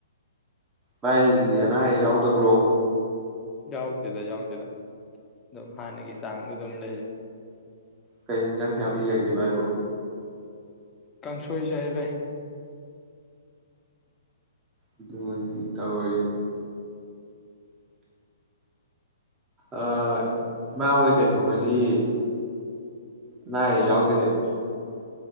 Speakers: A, on the right; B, on the left.
A: ꯚꯥꯏꯗꯤ ꯑꯅꯥ ꯑꯌꯦꯛ ꯌꯥꯎꯗꯕ꯭ꯔꯣ
B: ꯌꯥꯎꯗꯦꯗ ꯌꯥꯎꯗꯦꯗ ꯑꯗꯨꯝ ꯍꯥꯟꯅꯒꯤ ꯆꯥꯡꯗꯣ ꯑꯗꯨꯝ ꯂꯩꯖꯩ
A: ꯀꯩ ꯍꯟꯖꯥꯡ ꯆꯥꯕꯤꯔꯒꯦ ꯍꯥꯏꯕꯣ
B: ꯀꯥꯡꯁꯣꯏ ꯆꯥꯏ ꯚꯏ
A: ꯑꯗꯨ ꯇꯧꯔꯤꯁꯦ ꯑ ꯏꯃꯥ ꯍꯣꯏ ꯀꯩꯅꯣꯍꯣꯏꯗꯤ ꯑꯅꯥ ꯑꯌꯦꯛ ꯌꯥꯎꯗꯦ ꯍꯦꯛ